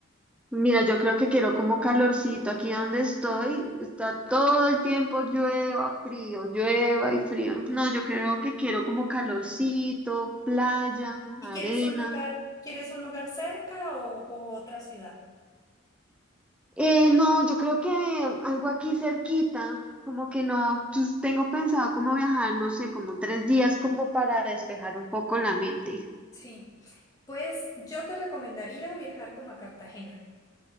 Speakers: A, in the centre; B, on the left.
A: Mira, yo creo que quiero como calorcito. Aquí donde estoy, está todo el tiempo llueva, frío, llueva y frío. No, yo creo que quiero como calorcito, playa,
B: ¿Y
A: arena.
B: quieres un lugar, quieres un lugar cerca o, o otra ciudad?
A: Eh, no, yo creo que algo aquí cerquita, como que no, pues, tengo pensado como viajar, no sé, como tres días como para despejar un poco la mente.
B: Sí. Pues yo te recomendaría viajar como a Cartagena.